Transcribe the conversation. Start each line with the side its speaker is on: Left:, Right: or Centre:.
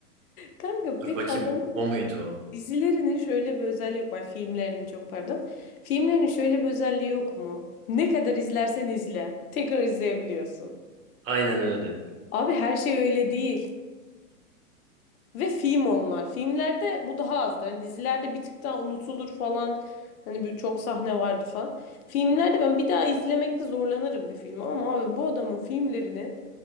Left: Kanka
Right: Dur
Left: peki
Right: bakayım
Left: adamın
Right: o muydu o?
Left: dizilerinin şöyle bir özelliği yok mu? Ay, Filmlerinin çok pardon. Filmlerinin şöyle bir özelliği yok mu? Ne kadar izlersen izle. Tekrar izleyebiliyorsun.
Right: Aynen öyle.
Left: Abi her şey öyle değil. Ve film onlar. Filmlerde bu daha azdır. Hani dizilerde bir tık daha unutulur falan. Hani bir- çok sahne vardı falan. Filmlerde ben bir daha izlemekte zorlanırım bir filmi ama abi bu adamın filmlerini